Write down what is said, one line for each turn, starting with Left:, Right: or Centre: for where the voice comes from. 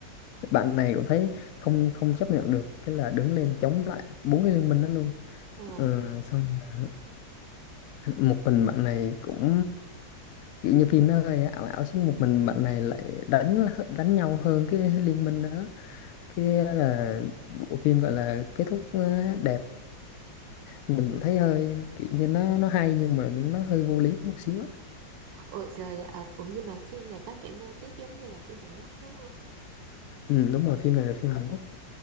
Left: bạn này cũng thấy không không chấp nhận được cái là đứng lên chống lại bốn cái liên minh đó luôn
Right: Ờ,
Left: Ờ, xong là một mình bạn này cũng kiểu như phim nó hơi ảo ảo chứ một mình bạn này lại đánh đánh nhau hơn cái liên minh nữa cái là bộ phim gọi là kết thúc ờ, đẹp mình cũng thấy hơi kiểu như nó nó hay nhưng mà nó hơi vô lý một xíu á
Right: ủa, rồi à, ủa nhưng mà phim này có vẻ mô típ giống như là phim Hàn Quốc đúng không?
Left: ừ, đúng rồi phim này là phim Hàn Quốc